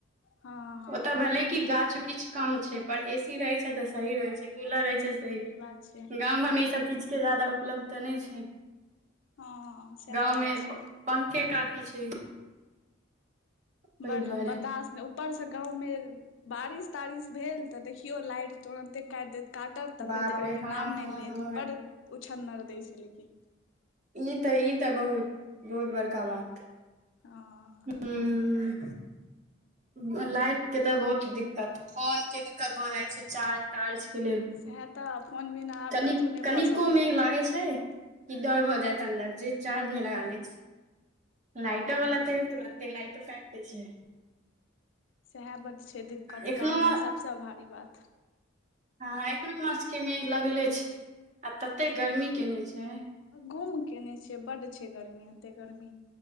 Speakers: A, on the left; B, on the right.
A: हँ हँ
B: ओतऽ भले। की गाछ वृक्ष कम छै। पर ए सी रहे छै। तऽ सही रहै छै। कूलर रहे छै।
A: सही बात छै।
B: गाँंव घर मे ई सब चीज के जादा उपलब्ध त नहि छै।
A: हँ सएह
B: गाँंव
A: बात
B: मे
A: छै
B: पंखे काफी छै। ओहि
A: बड
B: दुआरे
A: बर्दाश्त ऊपर से गाँव मे बारिश तारिश भेल। तऽ देखियौ लाइट तुरंते काटि देत काटत तऽ
B: बाप
A: फेर देबऽके
B: रे हँ
A: नाम
B: हँ
A: नहि लेत
B: हँ
A: बड उछ्छनर दै छै। लेकिन
B: ई तऽ ई तऽ बहुत बहुत बड़का बात
A: ह
B: ह ह लाइट के तऽ बहुत दिक्कत फोन के दिक्कत भऽ जाइ छै। चार्ज तार्ज के लेल
A: सएह त फोन बिना आब
B: कान
A: कतहु नहि
B: कनिको
A: भऽ सकैए
B: मेघ लागै छै। ई डर भऽ जायत अन्दर जे चार्ज मे लगा ले छी। लाइटो
A: हँ
B: वाला ते तुरंते लाइट काटि दऽ छै।
A: सएह बात छै। दिक्कत
B: एखनो
A: गावमे सभसे भारी बात
B: ह एनो मास के मेघ लगले छै। आ तते गर्मी केने छै।
A: घूम केयने छै बड़ छै। गर्मी एते गर्मी